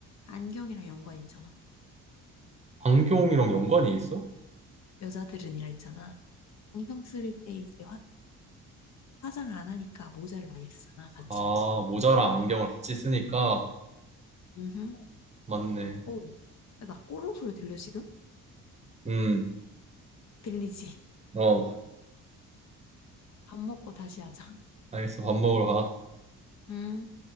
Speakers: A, on the left (about 55°); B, on the right (about 20°).
A: 안경이랑 연관 있잖아.
B: 안경이랑 연관이 있어?
A: 여자들은이라 했잖아. 안경 쓸 때 이제 화장을 안 하니까 모자를 많이 쓰잖아, 같이.
B: 아, 모자랑 안경을 같이 쓰니까
A: 음.
B: 맞네.
A: 오. 야, 나 꼬르륵 소리 들려, 지금?
B: 음,
A: 들리지?
B: 어,
A: 밥 먹고 다시 하자.
B: 알겠어. 밥 먹으러 가.
A: 음.